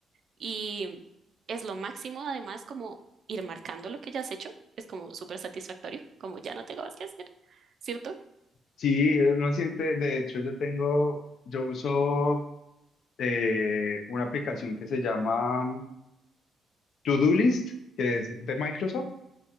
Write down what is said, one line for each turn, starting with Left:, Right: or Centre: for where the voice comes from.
Right: y es lo máximo, además, como ir marcando lo que ya has hecho. Es como súper satisfactorio, como ya no tengo más que hacer, ¿cierto?
Left: Sí, uno siente, de hecho, yo tengo, yo uso eh, una aplicación que se llama To Do List, que es de Microsoft